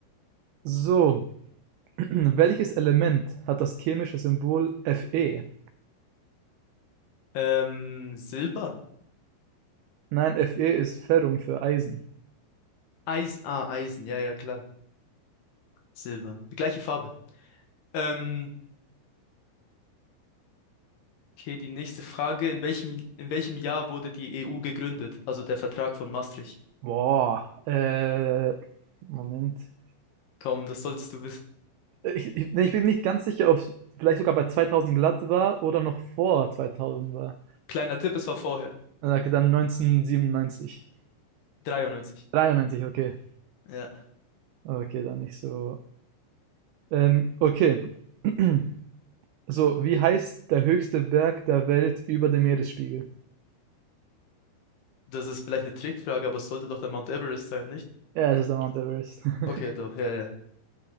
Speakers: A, on the right; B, on the left.
A: So, <clears throat> Welches Element hat das chemische Symbol Fe?
B: Ähm, Silber?
A: Nein, Fe ist Ferrum für Eisen.
B: Eisen. Ah, Eisen. Ja, ja, klar. Silber. Die gleiche Farbe. Ähm, okay, die nächste Frage. In welchem, in welchem Jahr wurde die EU gegründet? Also der Vertrag von Maastricht.
A: Boah, äh, Moment.
B: Kaum, das solltest du wissen.
A: Ich, ich, nee, ich bin nicht ganz sicher, ob es vielleicht sogar bei 2000 glatt war oder noch vor 2000 war.
B: Kleiner Tipp, es war vorher.
A: Na, danke, Dann 1997.
B: 93.
A: 93, okay.
B: Ja.
A: Okay, dann nicht so. Ähm, okay. <clears throat> So, wie heißt der höchste Berg der Welt über dem Meeresspiegel?
B: Das ist vielleicht eine Trickfrage, aber es sollte doch der Mount Everest sein, nicht?
A: Ja, es ist der Mount Everest. <laughs>
B: Okay, doch, ja, ja.